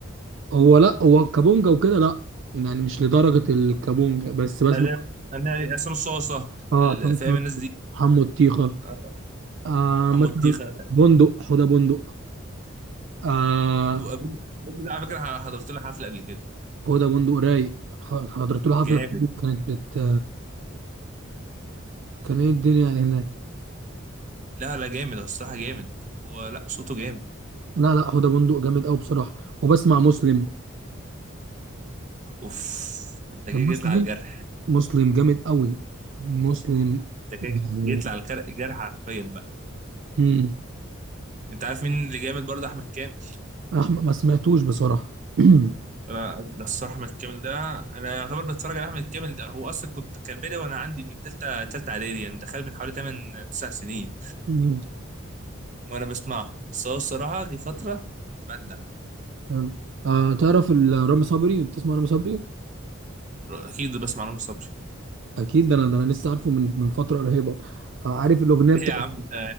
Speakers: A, on the right; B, on the right.
A: هو لا هو كابونجا وكده لا يعني مش لدرجه الكابونجا بس بسمع
B: انا انا عصام صاصه
A: اه
B: ال-
A: شمس
B: فاهم الناس دي
A: حمو الطيخه
B: اه،
A: آه
B: حمو
A: مثلا
B: تيخه لا.
A: بندق حوده بندق آه
B: ابو- ابو ده على فكره حضرت له حفله قبل كده
A: حوده بندق رايق ح- حضرت له حفله
B: جامد
A: كانت بت... كان ايه الدنيا يعني هناك
B: لا لا جامد هو الصراحه جامد هو لا صوته جامد
A: لا لا حوده بندق جامد قوي بصراحه وبسمع مسلم
B: اوف انت جاي
A: مسلم
B: جيت لي على الجرح
A: مسلم جامد قوي مسلم
B: انت
A: يعني
B: كده جيت لي على الجر- الجرح حرفيا بقى
A: امم
B: انت عارف مين اللي جامد برضه احمد كامل
A: احمد ما سمعتوش بصراحه <clears throat>
B: انا ده الصراحه احمد كامل ده انا يعتبر بتفرج على احمد كامل ده هو اصلا كنت كان بادئ وانا عندي من ثالثه ثالثه اعدادي يعني دخل من حوالي 8 9 سنين
A: مم.
B: وانا بسمعه بس هو الصراحه جه فتره بدع
A: حلو. آه تعرف ال- رامي صبري بتسمع رامي صبري
B: اكيد بسمع نور صبري
A: اكيد ده انا ده انا لسه عارفه من من فتره قريبه آه عارف الاغنيه
B: <laughs>
A: بتاعت
B: ليه يا عم انت